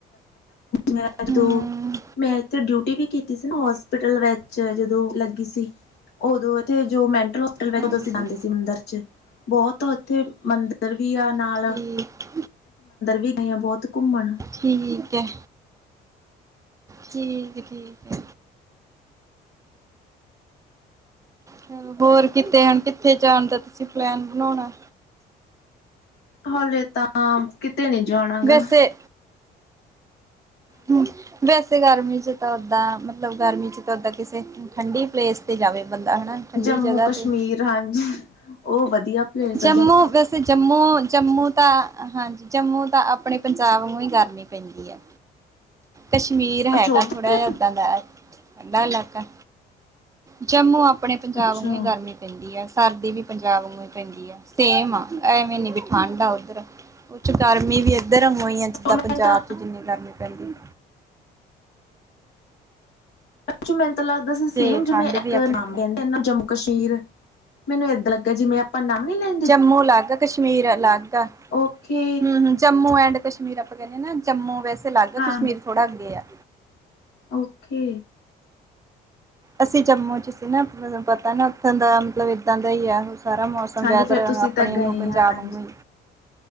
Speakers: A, on the left; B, on the right.
A: ਮ ਓਦੋ,
B: ਹੂੰ
A: ਮੈਂ ਇੱਥੇ ਡਿਊਟੀ ਵੀ ਕੀਤੀ ਸੀ ਨਾ ਹੋਸਪਿਟਲ ਵਿੱਚ ਮੈਂ ਜਦੋਂ ਲੱਗੀ ਸੀ, ਉਦੋਂ- ਥੇ ਜੋ ਮੈਂਟਲ ਹੌਸਪੀਟਲ
B: ਹਾਂਜੀ
A: ਜਦੋਂ ਅਸੀਂ ਜਾਂਦੇ ਸੀ ਮੰਦਿਰ ਚ ਬਹੁਤ ਇੱਥੇ ਮੰਦਰ, ਇੱਧਰ ਵੀ ਆ ਨਾਲ।
B: ਠੀਕ
A: ਇਹ ਗਏ ਆ ਬੋਹਤ ਘੁੰਮਣ।
B: ਠੀਕ ਹੈ, ਠੀਕ ਏ- ਠੀਕ ਏ। ਚਲੋ ਹੋਰ ਕਿਤੇ ਹੁਣ ਕਿੱਥੇ ਜਾਣ ਦਾ ਤੁਸੀਂ ਪਲੈਨ ਬਣਾਉਣਾ?
A: ਹਲੇ ਤਾਂ ਆ ਕਿਤੇ ਨੀ ਜਾਣਾ ਹਗਾ।
B: ਵੈਸੇ ਹੂੰ ਵੈਸੇ ਗਰਮੀ ਚ ਤਾਂ ਓਦਾਂ ਮਤਲਬ ਗਰਮੀ ਚ ਤਾਂ ਓਦਾਂ ਕਿਸੇ- ਠੰਡੀ ਪਲੇਸ ਤੇ ਜਾਵੇ ਬੰਦਾ, ਹਨਾ। ਠੰਡੀ
A: ਜੰਮੂ
B: ਜਗ੍ਹਾ
A: ਕਸ਼ਮੀਰ
B: ਤੇ
A: ਹਾਂਜੀ, ਉਹ ਵਧੀਆ। ਪਲੇਸ
B: ਜੰਮੂ
A: ਆ
B: ਵੈਸੇ ਜੰਮੂ, ਜੰਮੂ ਤਾਂ। ਹਾਂਜੀ ਜੰਮੂ ਤਾਂ ਆਪਣੇ ਪੰਜਾਬ ਨੂੰ ਹੀ ਗਰਮੀ ਪੈਂਦੀ ਹੈ। ਕਸ਼ਮੀਰ
A: ਅੱਛਾ
B: ਹੈਗਾ
A: ਉਧਰ
B: ਥੋੜਾ ਜਿਹ ਏਦਾਂ ਦਾ ਠੰਢਾ ਇਲਾਕਾ। ਜੰਮੂ, ਆਪਣੇ ਪੰਜਾਬ
A: ਅੱਛਾ
B: ਨੂੰ ਹੀ ਗਰਮੀ ਪੈਂਦੀ ਅ, ਸਰਦੀ ਵੀ ਪੰਜਾਬ ਨੂੰ ਈ ਸਟੀਮ ਆ ਐਵੇਂ ਨਈ ਠੰਡ ਆ ਉਧਰ ਕੁਛ ਗਰਮੀ ਵੀ ਪੈਦੀ ਆ ਧਰਮ ਹੋਈਆਂ ਜਿੱਦਾਂ,
A: ਮੈਨੂੰ
B: ਪੰਜਾਬ
A: ਤਾਂ
B: 'ਚ ਜਿੰਨੀ ਕਰਨੀ ਪੈਂਦੀ
A: ਜੋ ਮੈਨੂੰ ਲੱਗਦਾ ਸੀ ਸੇਮ
B: ਤੇ
A: ਜਿਵੇਂ,
B: ਠੰਡ
A: ਇੱਕ
B: ਵੀ ਆਪਣੇ
A: ਨਾਮ ਕਹਿੰਦੇ ਨਾ ਜੰਮੂ। ਕਸ਼ਮੀਰ, ਮੈਨੂੰ ਇਦਾਂ ਲੱਗਾ ਜਿਵੇਂ, ਪੰਨਾ ਵੀ ਨਹੀਂ ਲੈਂ,
B: ਜੰਮੂ ਅਲੱਗ, ਕਸ਼ਮੀਰ ਅਲੱਗ, ਹੂ-
A: ਓਕੇ
B: ਹੂ ਜੰਮੂ ਐਂਡ ਕਸ਼ਮੀਰ ਆਪਾਂ ਕਹਿੰਦੇ ਨਾ ਜੰਮੂ ਵੈਸੇ ਅਲੱਗ,
A: ਹਾਂ
B: ਕਸ਼ਮੀਰ ਥੋੜਾੱ ਅੱਗੇ ਆ
A: ਓਕੇ
B: ਅਸੀਂ ਜੰਮੂ ਚ ਸੀ ਨਾ, ਮੈਨੂੰ ਪਤਾ ਨਾ ਉੱਥੋਂ ਦਾ ਮਤਲਬ ਏਦਾਂ ਦਾ ਹੀ ਆ, ਉਹ ਸਾਰਾ ਮਾਹੌਲ ਸਗੋਂ
A: ਹਾਂਜੀ
B: ਵੈਦਰ
A: ਫੇਰ ਤੁਸੀਂ
B: ਆਪਣੇ
A: ਤਾਂ ਗਏ
B: ਨੂੰ ਪੰਜਾਬ
A: ਆ ਹਾਂਜੀ
B: ਨੂੰ ਹੀ,